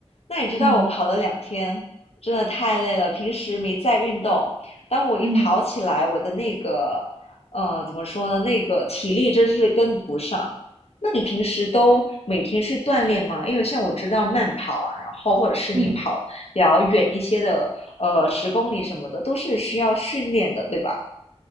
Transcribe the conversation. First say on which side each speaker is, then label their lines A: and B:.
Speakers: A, on the left (about 70°); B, on the right (about 85°).
A: 那你知道我跑了两天，
B: 嗯嗯。
A: 真的太累了，平时没在运动，当我一跑起来，
B: 嗯嗯
A: 我的那个。呃，怎么说呢？那个体力真是跟不上。那你平时都每天去锻炼吗？因为像我知道慢跑啊，然后或者是你跑比较远一些的，
B: 嗯
A: 呃，十公里什么的，都是需要训练的，对吧？